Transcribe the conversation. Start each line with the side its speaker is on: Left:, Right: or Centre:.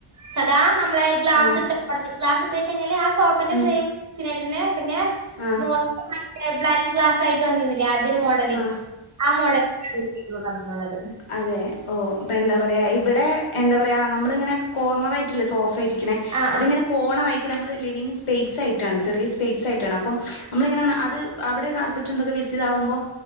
Right: സാധാ നമ്മളെ ഗ്ലാസ്
Left: ആ
Right: ഇട്ട് മോട ക്ലാസ് ഇട്ട് വെച്ച് കഴിഞ്ഞാല് ആ സോഫ ന്റെ
Left: ഉം
Right: സെയിംട്ടന്നെ പിന്നെ
Left: ആ
Right: മോ <unintelligible> ബ്ലാക്ക് ഗ്ലാസ് ആട്ട്ന്നിരുന്നില്ലേ ആദ്യ ഒരു മോഡല്
Left: ആ
Right: ആ മോഡല <unintelligible>
Left: അതെ ഓ ഇപ്പൊ എന്താ പറയാ ഇവിടെ എന്താ പറയാ നമ്മള ഇങ്ങനെ കോർണർ ആയിട്ടില്ലേ സോഫ് ഇരി ക്ക്ണ
Right: ആഹ്
Left: അത്
Right: ആഹ്
Left: ഇങ്ങനെ പോണ വൈക്കൽ നമ്മള് ലിവിങ്‌ സ്പ ആയിട്ടാണ് ചെറിയ സ്പ ആയിട്ട് ട്ടാണ് അപ്പം നമ്മളിങ്ങനെ അത് അവിടെയും കാർപ്പറ്റു ന്തൊക്കെ വിരിച്ചതാകുമ്പോൾ